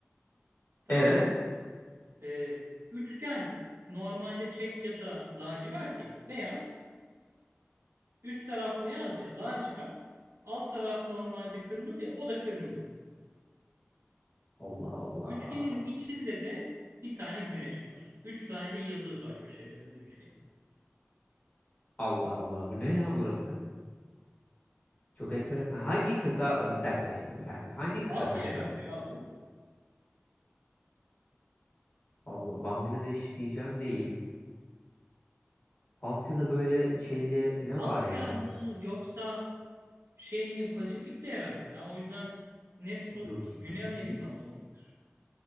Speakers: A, on the right; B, on the left.
A: Tamam
B: Evet.
A: mı? Ee, üçgen normalde çek ya da lacivert ya beyaz. Üst taraf beyaz ya lacivert. Alt taraf normalde kırmızı ya o da kırmızı.
B: Allah Allah.
A: Üçgenin içinde de bir tane güneş var. Üç tane de yıldız var köşelerinde üçgenin.
B: Allah Allah. Bu ne ya burası? Çok enteresan. Hangi kıta? Bir dakika şimdi bir dakika. Hangi kıta
A: Asya
B: kanka?
A: herhalde ya bu.
B: Allah Bangladeş diyeceğim değil. Asya'da böyle şeyli ne
A: Asya
B: var ya?
A: mı yoksa şey mi Pasifik'te herhalde ya. O yüzden neresi olur
B: Dur,
A: ki? Güney
B: Pasifik.
A: Amerika mı olabilir?